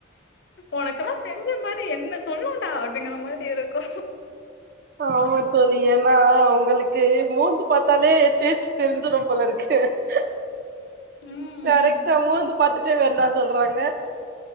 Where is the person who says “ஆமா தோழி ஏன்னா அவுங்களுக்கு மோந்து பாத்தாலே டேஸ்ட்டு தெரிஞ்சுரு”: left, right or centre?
Right